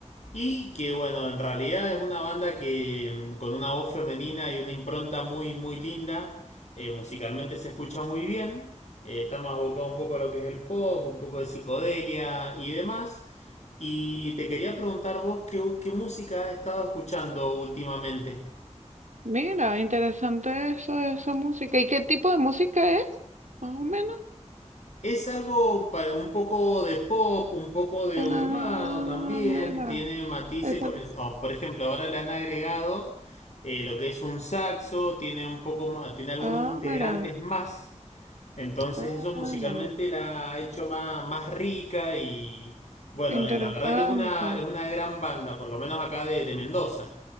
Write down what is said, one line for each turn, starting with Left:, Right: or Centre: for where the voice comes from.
Left: y que bueno, en realidad es una banda que mm, con una voz femenina y una impronta muy muy linda, eh, musicalmente se escucha muy bien, eh, está más abocado un poco a lo que es el pop, un poco de psicodelia y demás. Y te quería preguntar vos qué, qué música has estado escuchando últimamente.
Right: mira, interesante eso, de esa música. ¿Y qué tipo de música es? Más o menos.
Left: Es algo para un poco de pop, un poco de
Right: Ah,
Left: urbano también,
Right: mira.
Left: tiene matices,
Right: Esa-
Left: co- es- o, por ejemplo, ahora le han agregado eh, lo que es un saxo, tiene un poco más, tiene algunos
Right: Ah,
Left: integrantes
Right: mira.
Left: más, entonces
Right: Ah,
Left: eso musicalmente
Right: mira.
Left: la ha hecho más, más rica y bueno,
Right: Interesante.
Left: la verdad que es una, es una gran banda, por lo menos acá de, de Mendoza.